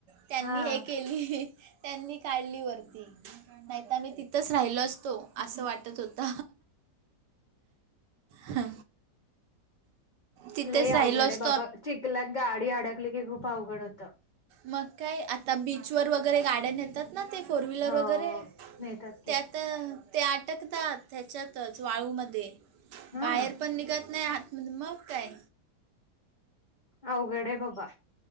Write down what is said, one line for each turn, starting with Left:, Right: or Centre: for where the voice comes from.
Right: त्यांनी
Left: हा
Right: हे केली, त्यांनी काढली वरती. नाहीत मी तिथेच राहिलो असतो असं वाटत होत. ह तिथेच
Left: लय
Right: राहिलो
Left: अवघड
Right: अस
Left: आहे बाबा चिखल्यात गाडी अडकली की खूप अवघड होत.
Right: मग काय आता बीचवर वगैरे गाड्या येतात ना, ते फोर व्हीलर
Left: हो
Right: वगैरे
Left: नेतात की
Right: त्यात. तर ते अटकतात ह्याच्यातच वाळूमध्ये
Left: हा
Right: बाहेर पण निघत नाही आ मण म काय?
Left: अवघड हे बाबा.